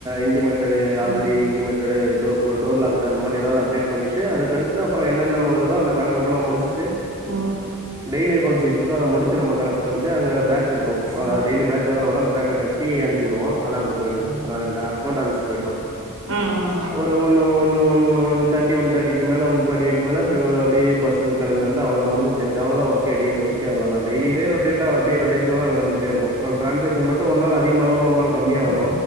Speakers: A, on the right; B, on the right.
A: இன்டிமேட்டட் ஆல்ரெடி
B: ம்
A: இன்டிமேட் டோர்லாக்டு அந்த மாரி எதாது அப்டேட் பண்ணிட்டு அதுக்கு அடுத்து அப்ற என்னன்ன வருதோ அந்த கணக்க புல்லா முடிச்சிட்டு
B: ம்
A: டெய்லி அக்கவுண்ட்ஷீ்ட் இருக்கு அத முடிச்சு நம்ம கணக்கடிச்ச அங்க பேக் இருக்கு அதா
B: ம்
A: டெய்லி பேக்ல தா வரு அந்த பேக்க கட்டி அனுப்பி விடுவோ அதா அங்க போயிடுங்க அகொண்ட் ஆஃபீ்ஸ் போயிடு
B: ம்
A: ஒரு ஒன் ஒன்னு ஒன்னு ஒன் தேர்டி ஒன் தேட்டிக்கு மேல ஒன் தேட்டி ஃபைக்கு மேல அப்டியே பஸ் கிளம்பி வந்து அவ்ளதா முடிஞ்ச்சு எனக்கு அவ்ளதா ஒர்கே டெய்லி ஒர்கே அவ்ளோ தா டெய்லி இதே ரொட்டேட்டா அப்டே ரொட்டேஷனல்லா நடந்துகிட்டே இருக்கு ட்ரான்சாக்ஷன் மட்டு ஒரு நாள் அதிகமா வரு ஒரு நாள் கம்மியா வரு